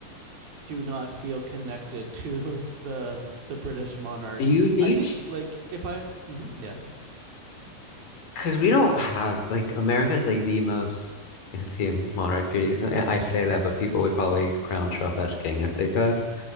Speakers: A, on the right; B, on the left.
A: do not feel connected <laughs> to the the British monarch.
B: Do you do
A: I
B: you
A: think like if I mhm, yeah,
B: because we don't have like America is like the most anti-monarchy. I I say that, but people would probably crown Trump as king if they could.